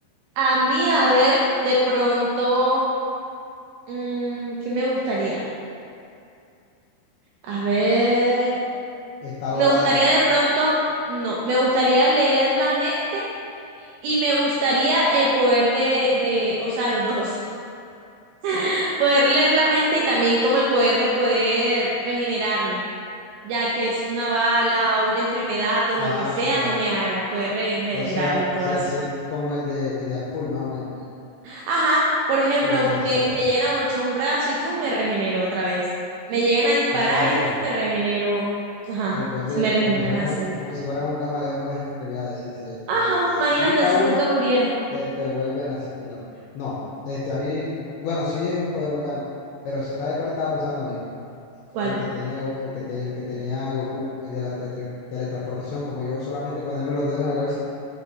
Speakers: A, on the right; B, on the left.
A: a mí, a ver, de pronto, mm, ¿qué me gustaría? A ver,
B: está volar.
A: me gustaría de pronto, no, me gustaría leer la mente y me gustaría el poder de, de, o sea, los dos, <laughs> poder leer la mente y también como el poder de poder regenerarme. ya que es una bala o una enfermedad o
B: Ah,
A: lo que sea,
B: claro.
A: no me haga, puede regenerarme
B: O sea,
A: y todo
B: o sea,
A: así.
B: siempre como el de, de Apul, más o menos.
A: Ajá, por ejemplo,
B: Que él es así.
A: me, me llegan a mochar un brazo y tú me regenero otra vez. Me llegan a disparar
B: El poder
A: y
B: de,
A: ¡fum! me regenero. Ajá,
B: el poder
A: se
B: de,
A: me regeneran
B: como si fueras
A: las
B: un,
A: células.
B: como si fueras un camaleón con las extremidades. Si se te
A: Ajá, imagínate
B: quita
A: si
B: una,
A: nunca muriera.
B: se te vuelve a nacer la otra. No, este, a mí, bueno, sí es un poder bacano. Pero ¿sabes cuál estaba pensando también?
A: ¿Cuál?
B: El que tiene, Go- el que, te- el que tenía Goku, el de la teletre- teletransportación, como yo solamente ponerme los dedos en la cabeza